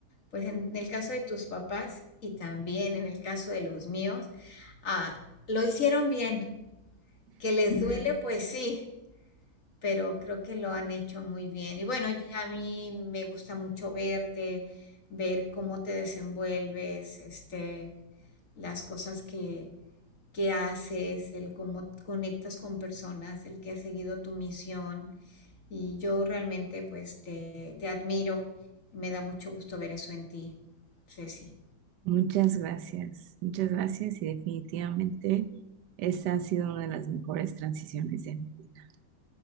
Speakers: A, on the left; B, on the right.
A: pues en el caso de tus papás y también en el caso de los míos, ah, lo hicieron bien. Que les duele, pues sí, pero creo que lo han hecho muy bien. Y bueno, y a mí me gusta mucho verte, ver cómo te desenvuelves, este, las cosas que, que haces, el cómo conectas con personas, el que has seguido tu misión. Y yo realmente pues te, te admiro y me da mucho gusto ver eso en ti, Ceci.
B: Muchas gracias, muchas gracias y definitivamente esta ha sido una de las mejores transiciones de mi vida.